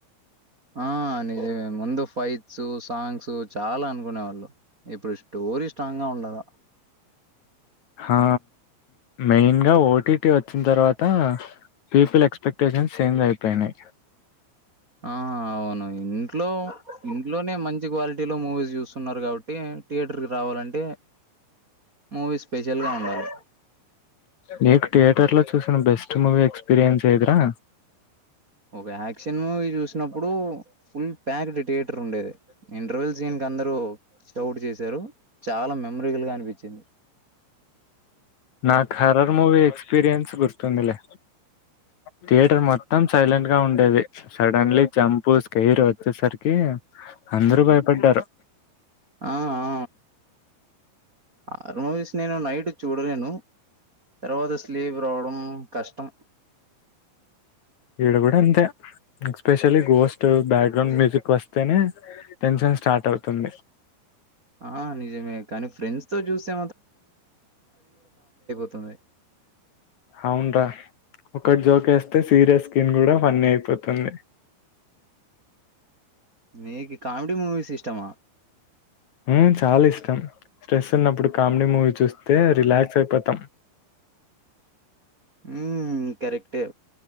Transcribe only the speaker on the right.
ఆ నిజమే ముందు ఫైట్స్ సాంగ్స్ చాలా అనుకునే వాళ్ళు ఇప్పుడు స్టోరీ స్ట్రాంగ్ గా ఉండాలా
ఆ అవును ఇంట్లో ఇంట్లోనే మంచి క్వాలిటీ లో మూవీస్ జూస్తున్నారు గాబట్టి థియేటర్ కి రావాలంటే మూవీ స్పెషల్ గా ఉండాలి
ఒక యాక్షన్ మూవీ చూసినప్పుడు ఫుల్ ప్యాక్డ్ థియేటర్ ఉండేది ఇంటర్వెల్స్ సీన్స్ అందరు క్రౌడ్ జేశారు చాలా మెమరికల్ గా అనిపించింది
ఆ ఆ ఆర్ మూవీస్ నేను నైట్ చూడలేను తర్వాత స్లీప్ రావడం కష్టం
ఆ నిజమే కానీ ఫ్రెండ్స్ తో చూస్తే తదే
నీకు కామెడీ మూవీస్ ఇష్టమా
ఉ కరెక్టే